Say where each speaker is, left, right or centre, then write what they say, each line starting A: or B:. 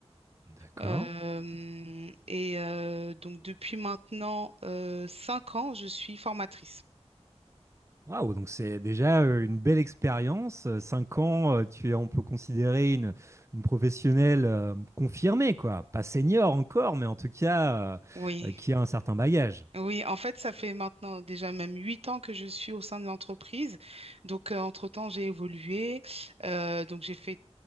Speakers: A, on the right (about 25°); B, on the right (about 60°).
A: D'accord.
B: Euh, et euh, donc depuis maintenant euh, cinq ans, je suis formatrice.
A: Waouh, donc c'est déjà euh, une belle expérience. Euh, Cinq ans, euh, tu es, on peut considérer une, une professionnelle euh, confirmée, quoi. Pas senior encore, mais en tout cas, euh,
B: Oui,
A: euh, qui a un certain bagage.
B: oui, en fait, ça fait maintenant déjà même huit ans que je suis au sein de l'entreprise. Donc, euh, entre-temps, j'ai évolué. Euh, donc, j'ai fait